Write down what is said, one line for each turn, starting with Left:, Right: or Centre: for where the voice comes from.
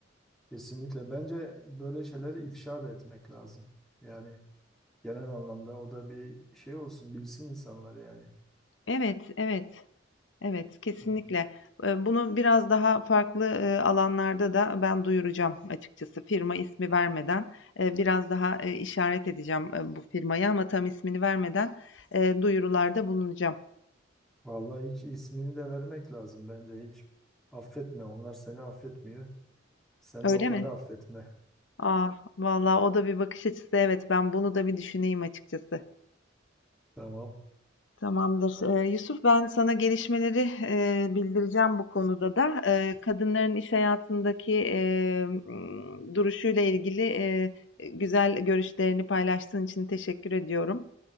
Centre: Kesinlikle. Bence böyle şeyleri ifşa da etmek lazım. Yani. Genel anlamda o da bir şey olsun bilsin insanlar yani.
Left: Evet, evet. Evet, kesinlikle.
Centre: Evet.
Left: Eee, bunu biraz daha farklı, eee, alanlarda da ben duyuracağım açıkçası. Firma ismi vermeden, eee, biraz daha, eee, işaret edeceğim, eee, bu firmayı ama tam ismini vermeden, eee, duyurularda bulunacağım.
Centre: Vallahi hiç ismini de vermek lazım bence hiç. Affetme onlar seni affetmiyor. Sen
Left: Öyle
Centre: de onları
Left: mi?
Centre: affetme.
Left: Ah, vallahi o da bir bakış açısı. Evet, ben bunu da bir düşüneyim açıkçası.
Centre: Tamam.
Left: Tamamdır. Ee, Yusuf, ben sana gelişmeleri e, bildireceğim bu konuda da. Ee, kadınların iş hayatındaki e, m, duruşuyla ilgili e, güzel görüşlerini paylaştığın için teşekkür ediyorum.